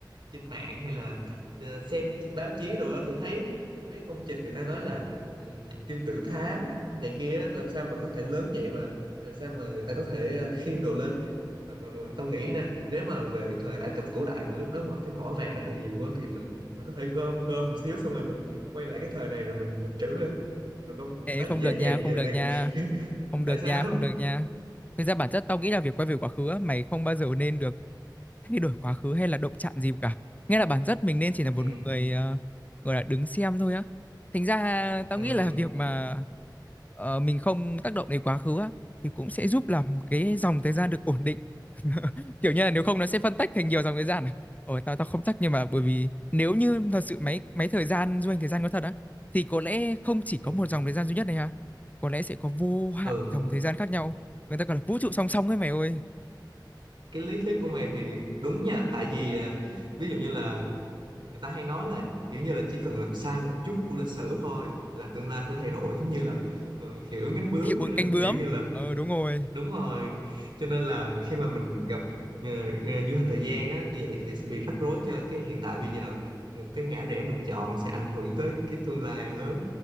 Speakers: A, on the right; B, on the left.
A: trên mạng hay là ờ, xem báo chí rồi đó thì thấy mấy công trình người ta nói là ừm, kim tự tháp này kia á, làm sao mà có thể lớn vậy mà làm sao mà người ta có thể ờ, khiêng đồ lên mà, mà, mà tao nghĩ nè nếu mà về thời Ai Cập cổ đại mà lúc đó mà cái mỏ vàng nó còn nhiều quá thì mình mình có thể gom gom một xíu xong rồi mình quay lại cái thời này rồi mình mình trữ lên được không
B: Ê,
A: tại
B: không
A: vì giá
B: được nha,
A: vàng
B: không
A: giờ
B: được
A: đang
B: nha,
A: <laughs>
B: không
A: tại
B: được
A: sao
B: nha, không được nha. Thực ra bản chất tao nghĩ là việc quay về quá khứ á, mày không bao giờ nên được thay đổi quá khứ hay là động chạm gì cả. Nghĩa là bản chất mình nên chỉ là một
A: ừ
B: người ờ, gọi là đứng xem thôi á. Thành ra tao
A: ừ
B: nghĩ là việc mà ờ, mình không tác động đến quá khứ á, thì cũng sẽ giúp làm cái dòng thời gian được ổn định. <laughs> Kiểu như là nếu không nó sẽ phân tách thành nhiều dòng thời gian à. Ồ, tao tao không chắc nhưng mà bởi vì nếu như thật sự máy máy thời gian du hành thời gian có thật á thì có lẽ không chỉ có
A: ừ
B: một dòng thời gian duy nhất này ha có lẽ sẽ có vô hạn
A: ừ
B: dòng thời gian khác nhau người ta gọi là vũ trụ song song ấy mày ơi
A: cái lý thuyết của mày thì đúng nha tại vì à, ví dụ như là người ta hay nói là kiểu như là chỉ cần làm sai một chút của lịch sử thôi là tương lai sẽ thay đổi giống như là ờ, hiệu ứng cánh bướm
B: hiệu
A: vậy
B: ứng
A: đó
B: cánh bướm
A: kiểu như là
B: ờ đúng rồi
A: đúng rồi cho nên là khi mà mình gặp ờ, ờ, du hành thời gian á như vậy thì sẽ bị rắc rối cho cái hiện tại bây giờ một cái ngã rẽ mình chọn sẽ ảnh hưởng tới cái tương lai lớn